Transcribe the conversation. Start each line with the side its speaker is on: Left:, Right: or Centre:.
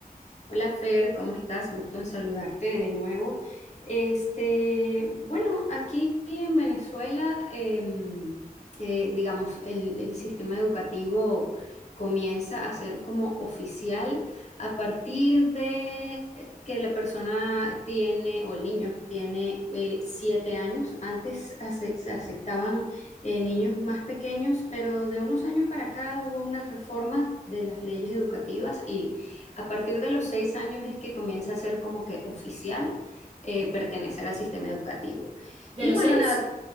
Left: Hola Fer, ¿cómo estás? Gusto en saludarte de nuevo. Este, bueno, aquí en Venezuela, em, eh, digamos, el, el sistema educativo comienza a ser como oficial a partir de que la persona tiene, o el niño tiene eh, siete años. Antes ace- se aceptaban eh, niños más pequeños, pero de unos años para acá hubo unas reformas de las leyes educativas y a partir de los seis años es que comienza a ser como que oficial eh, pertenecer al sistema educativo.
Right: ¿De
Left: Y
Right: los
Left: bueno,
Right: seis?
Left: nada,